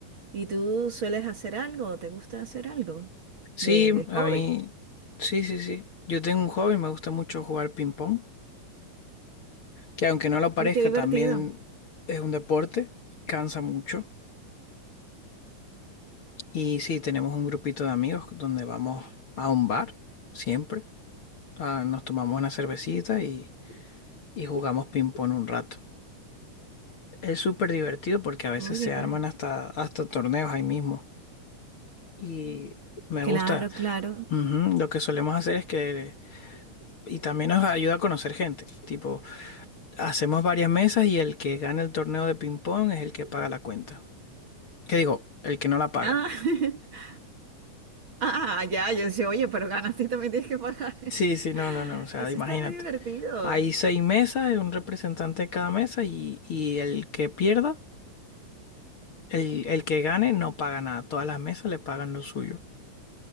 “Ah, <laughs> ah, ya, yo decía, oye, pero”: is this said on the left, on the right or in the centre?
Right